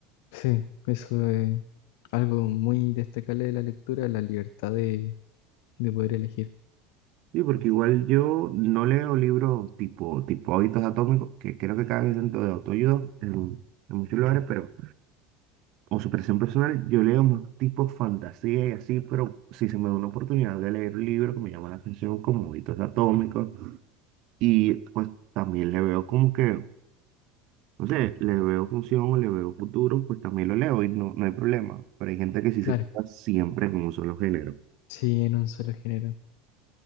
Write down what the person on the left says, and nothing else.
Sí, eso es algo muy destacable de la lectura, la libertad de, de poder elegir.
Claro.
Sí, en un solo género.